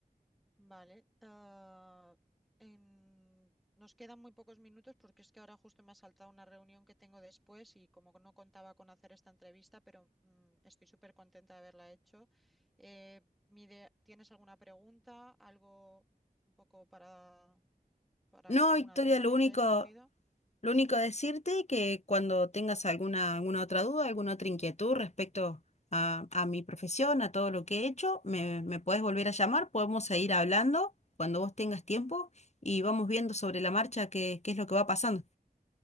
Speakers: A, in the centre; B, on the left.
A: Vale. ah, en- Nos quedan muy pocos minutos porque es que ahora justo me ha saltado una reunión que tengo después y como no contaba con hacer esta entrevista, pero mm, estoy súper contenta de haberla hecho. Eh, mi idea- ¿tienes alguna pregunta, algo un poco para, para
B: No,
A: alguna
B: Victoria,
A: duda
B: lo
A: que
B: único,
A: te haya surgido?
B: lo único decirte que cuando tengas alguna, alguna otra duda, alguna otra inquietud respecto a, a mi profesión, a todo lo que he hecho, me, me podés volver a llamar, podemos seguir hablando cuando vos tengas tiempo y vamos viendo sobre la marcha qué, qué es lo que va pasando.